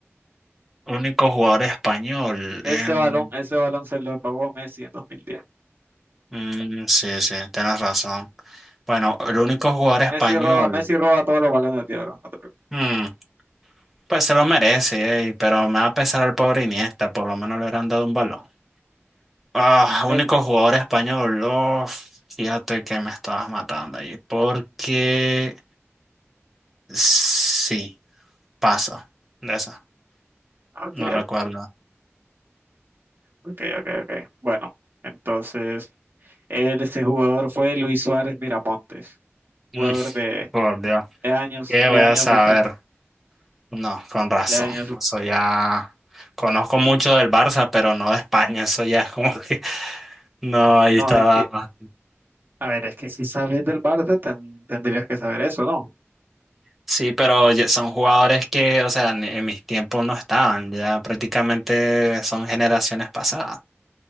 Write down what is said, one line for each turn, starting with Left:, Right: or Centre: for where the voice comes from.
Centre: único jugador español.
Right: Ese
Centre: em,
Right: balón, ese balón se lo robó Messi en 2010.
Centre: mm, sí, sí, tienes razón. Bueno, el único jugador español,
Right: Messi roba, Messi roba todos los balones de oro, no te preocupes.
Centre: mm, pues se lo merece, ey, pero me va a pesar al pobre Iniesta, por lo menos le hubieran dado un balón. Ah,
Right: Ni
Centre: único
Right: modo.
Centre: jugador español, uf, fíjate que me estabas matando ahí, porque sí, paso de esa,
Right: Ok,
Centre: no recuerdo.
Right: ok, ok, ok. Bueno, entonces, él, ese jugador fue Luis Suárez Miramontes, jugador
Centre: Mm,
Right: de,
Centre: por Dios.
Right: de años,
Centre: ¿Qué
Right: de
Centre: voy
Right: años
Centre: a saber?
Right: bastante,
Centre: No, con razón.
Right: de años.
Centre: Eso ya conozco mucho del Barça, pero no de España. Eso ya es como que <laughs> no, ahí
Right: No,
Centre: estaba.
Right: es que A ver, es que si sabes del Barça, ten- tendrías que saber eso, ¿no?
Centre: Sí, pero ya son jugadores que, o sea, en en mis tiempos no estaban. Ya prácticamente son generaciones pasadas.